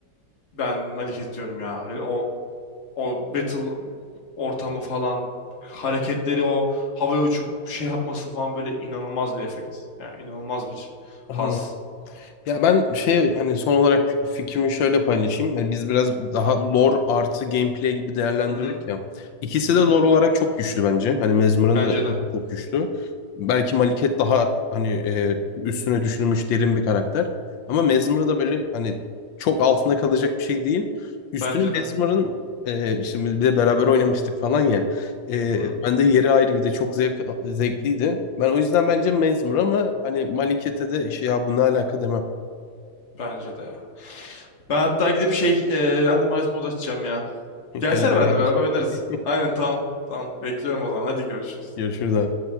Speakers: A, on the left (about 40°); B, on the left (about 80°).
A: ben Maliket diyorum ya. Hani o o battle ortamı falan hareketleri o havaya uçup şey yapması falan böyle inanılmaz bir efekt. Yani inanılmaz bir
B: Anladım.
A: haz.
B: Ya ben şey hani son olarak fikrimi şöyle paylaşayım. Hani biz biraz daha lore artı gameplay gibi değerlendirdik
A: Hı hı,
B: ya. İkisi
A: hı hı.
B: de lore olarak çok güçlü bence. Hani Mesmer'ın
A: Bence
B: da
A: de.
B: çok güçlü. Belki Maliket daha hani e, üstüne düşünülmüş derin bir karakter. Ama Mesmer da böyle hani çok altında kalacak bir şey değil. Üstüne
A: Bence
B: Mesmer'ın
A: de.
B: e, işte biz bir de beraber oynamıştık falan ya. E,
A: Hı,
B: ben de yeri ayrı bir de çok zevk, zevkliydi. Ben o yüzden bence Mesmer ama hani Maliket'e de şey ya bu ne alaka demem.
A: bence de ya. Ben hatta gidip şey e, randomize mod açacağım ya. Gelsene
B: Gel beraber.
A: benimle beraber oynarız.
B: <laughs>
A: Aynen tamam. Tamam bekliyorum o zaman. Hadi görüşürüz.
B: Görüşürüz abi.